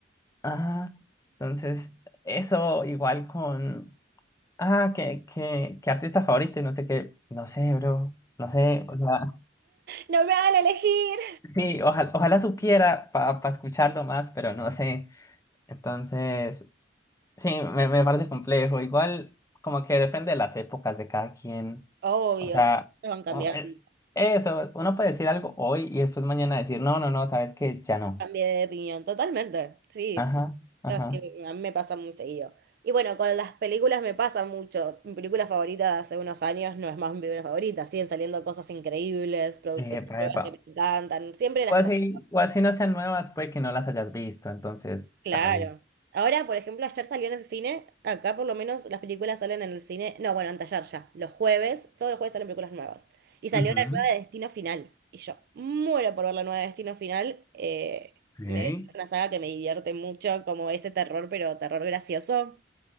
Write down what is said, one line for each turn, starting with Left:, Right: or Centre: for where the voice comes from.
Left: Ah, entonces, eso igual con... Ah, que, que, que artista favorito y no sé qué. No sé, bro. No sé, o sea,
Right: No me hagan elegir.
Left: sí, ojalá, ojalá supiera para escucharlo más, pero no sé. Entonces, sí, me, me parece complejo. Igual, como que depende de las épocas de cada quien.
Right: Obvio,
Left: O sea,
Right: se van cambiando.
Left: o- eh, eso, uno puede decir algo hoy y después mañana decir, no, no, no, sabes que ya no.
Right: Cambié de opinión totalmente, sí.
Left: Ajá, ajá.
Right: Así, a mí me pasa muy seguido. Y bueno, con las películas me pasa mucho. Mi película favorita de hace unos años no es más mi película favorita. Siguen saliendo cosas increíbles, producciones
Left: Epa,
Right: nuevas
Left: epa.
Right: que me encantan. Siempre las
Left: O así,
Right: cosas.
Left: o así no sean nuevas, puede que no las hayas visto, entonces,
Right: Claro.
Left: dale.
Right: Ahora, por ejemplo, ayer salió en el cine, acá por lo menos las películas salen en el cine, no, bueno, anteayer ya, los jueves, todos los jueves salen películas nuevas. Y salió
Left: Ujú.
Right: la nueva de Destino Final, y yo muero por ver la nueva de Destino Final, eh,
Left: Ok.
Right: me- es una saga que me divierte mucho, como ese terror, pero terror gracioso.